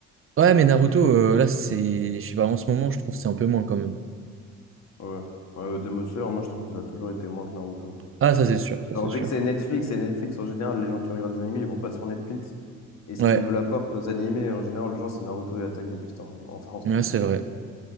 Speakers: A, on the right (about 45°); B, on the left (about 60°).
A: Ouais, mais Naruto,
B: Mais
A: euh,
B: bon.
A: là, c'est. Je sais pas, en ce moment, je trouve que c'est un peu moins quand même.
B: Ouais. Ouais, euh, Demon Slayer, moi, je trouve que ça a toujours été moins que Naruto.
A: Ah, ça c'est sûr, ça
B: Genre,
A: c'est sûr.
B: vu que c'est Netflix, et Netflix, en général, les gens qui regardent des animés, ils vont pas sur Netflix. Et ce
A: Ouais,
B: qui veut la porte aux animés, en général, les gens, c'est Naruto et Attaque des Titans, en en France,
A: ouais,
B: en tout
A: c'est
B: cas.
A: vrai.